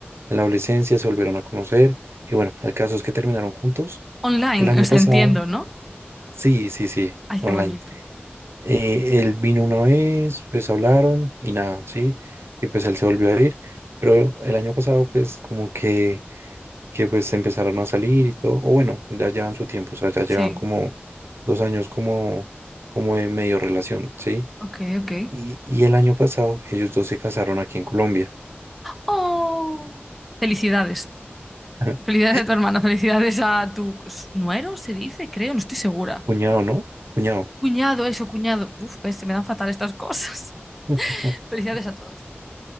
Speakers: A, on the right; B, in the centre.
A: en la adolescencia, se volvieron a conocer. Y bueno, el caso es que terminaron juntos.
B: Online,
A: El año
B: o sea,
A: pasado,
B: entiendo, ¿no?
A: sí, sí, sí,
B: Ay,
A: online.
B: qué bonito.
A: Eh, él vino una vez, pues hablaron y nada, sí, y pues él se volvió a ir. Pero el año pasado, pues como que que pues empezaron a salir y todo, o bueno, ya llevan su tiempo, o sea, ya llevan
B: Sí.
A: como dos años como, como de medio relación, ¿sí?
B: Ok, ok.
A: Y, y el año pasado ellos dos se casaron aquí en Colombia.
B: ¡Oh! Felicidades.
A: <laughs>
B: Felicidades a tu hermano, felicidades a tu nuero, se dice, creo, no estoy segura.
A: Cuñado, ¿no? Cuñado.
B: Cuñado, eso, cuñado. Uf, ves, se me dan fatal estas cosas.
A: <laughs>
B: <laughs> Felicidades a todos.